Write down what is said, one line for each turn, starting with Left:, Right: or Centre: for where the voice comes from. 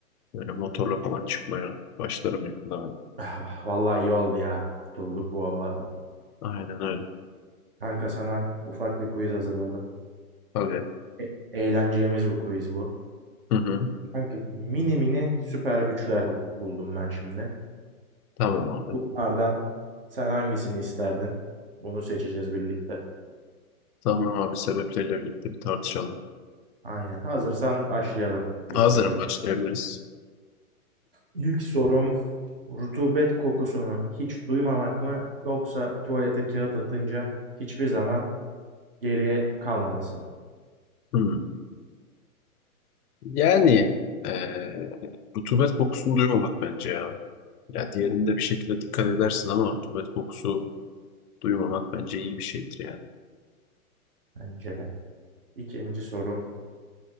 Left: Böyle motorla falan çıkmaya başlarım yakında ben de.
Right: Ah, Vallahi iyi oldu ya kurtulduk bu havalardan.
Left: Aynen öyle.
Right: Kanka sana ufak bir quiz hazırladım.
Left: Tabii.
Right: E eğleneceğimiz bir quiz bu.
Left: Hı hı.
Right: Kanka mini mini süper güçler buldum ben şimdi.
Left: Tamam abi.
Right: Bunlardan sen hangisini isterdin? Bunu seçeceğiz birlikte.
Left: Tamam abi sebepleriyle birlikte bir tartışalım.
Right: Aynen hazırsan başlayalım ilk
Left: Hazırım
Right: soruyla.
Left: başlayabiliriz.
Right: İlk sorum rutubet kokusunu hiç duymamak mı yoksa tuvalete kağıt atınca hiçbir zaman geriye kalmaması mı?
Left: Hı. Yani eee rutubet kokusunu duymamak bence ya. Ya diğerinde bir şekilde dikkat edersin ama rutubet kokusu duymamak bence iyi bir şeydir yani.
Right: Bence de. İkinci sorum